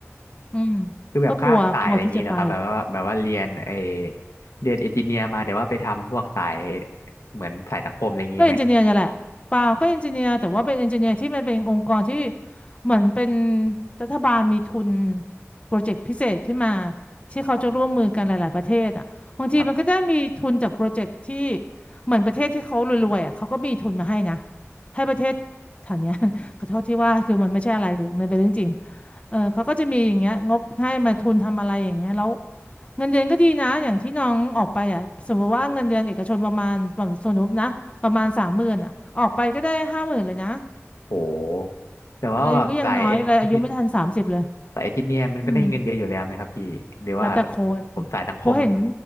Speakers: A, on the left; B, on the left.
A: อืม
B: คือแบบข้ามสายอะไรอย่างนี้นะครับแบบว่าแบบว่าเรียนเออ
A: ก็กลัวกลัวที่จะไป
B: เรียนเอนจิเนียร์มาแต่ว่าไปทำพวกสายเหมือนสายสังคมอะไรอย่างนี้ไหม
A: ก็เอนจิเนียร์นี่แหละเปล่าก็เอนจิเนียร์แต่ว่าเป็นเอนจิเนียร์ที่มันเป็นองค์กรที่
B: อ๋อ
A: เหมือนเป็นรัฐบาลมีทุนโปรเจกต์พิเศษขึ้นมาที่เขาจะร่วมมือกันหลายๆประเทศอ่ะบางทีมันก็ได้มีทุนจากโปรเจกต์ที่
B: ครับครับ
A: เหมือนประเทศที่เขารวยๆอ่ะเขาก็มีทุนมาให้นะให้ประเทศแถวเนี้ย <laughs> ขอโทษที่ว่าคือมันไม่ใช่อะไรคือมันเป็นเรื่องจริง เออเขาก็จะมีอย่างเงี้ยงบให้มาทุนทำอะไรอย่างเงี้ยแล้วเงินเดือนก็ดีนะอย่างที่น้องออกไปอ่ะสมมติว่าเงินเดือนเอกชนประมาณแบบสมมตินะประมาณสามหมื่นอ่ะออกไปก็ได้ห้าหมื่นเลยนะ
B: โหแต่ว่าแบบสายเอนจิ
A: อายุก็ยังน้อยเลยอายุไม่ทันสามสิบเลย
B: สายเอนจิเนียร์มันก็ได้เงินเยอะอยู่แล้วไหมครับพี่หรือว่า
A: อืมแล้วแต่คน
B: ผมสายสังคม
A: เพราะเห็น